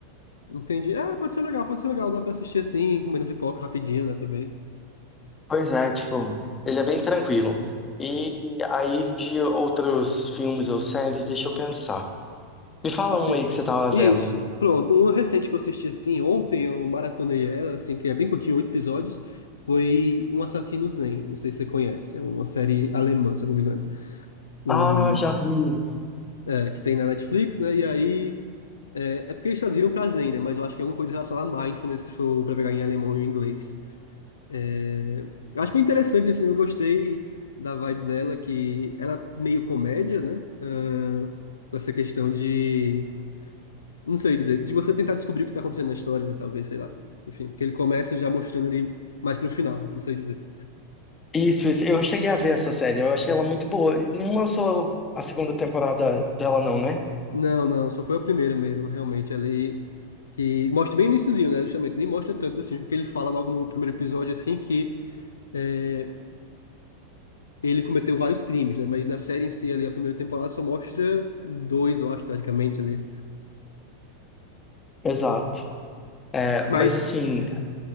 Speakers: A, on the left; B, on the left.
A: Entendi. É, pode ser legal, pode ser legal, dá pra assistir assim, comendo pipoca rapidinho, né, também.
B: Pois é, tipo, ele é bem tranquilo. E aí, de outros filmes ou séries, deixa eu pensar. Me fala
A: Assim,
B: um aí que você tava
A: isso.
B: vendo.
A: Pronto, um recente que eu assisti assim ontem, eu maratonei ela, assim, que é bem curtinho, oito episódios, foi Um Assassino Zen. Não sei se você conhece, é uma série alemã, se eu não me engano. um
B: Ah, já vi.
A: é, que tem na Netflix, né? E aí. É, é porque eles traduziram pra Zen, né? Mas eu acho que é alguma coisa relacionada a mindfulness, se for pra pegar em alemão ou em inglês. É, eu acho bem interessante, assim, eu gostei da vibe dela, que ela é meio comédia, né? Ah, com essa questão de Não sei dizer. De você tentar descobrir o que tá acontecendo na história, né? Talvez, sei lá. Enfim, porque ele começa já mostrando ali mais pro final. Não sei dizer.
B: Isso, isso. Eu cheguei a ver essa série, eu achei ela muito boa. E Não lançou a segunda temporada dela, não, né?
A: Não, não. Só foi a primeira mesmo, realmente. Ali que mostra bem o iniciozinho, né? Justamente. Nem mostra tanto assim. Porque ele fala logo no primeiro episódio, assim, que é, ele cometeu vários crimes, né? Mas na série em si, ali, a primeira temporada só mostra dois, eu acho, teoricamente ali.
B: Exato. É,
A: Mas
B: mas assim,